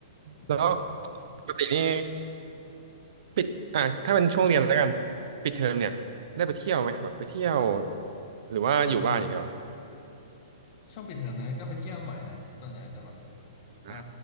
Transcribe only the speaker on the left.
อืมใช่ใช่
อืม ช่วงปิดเทอมนะก็ไปเที่ยวบ่อยนะส่วนใหญ่จะแบบอ่า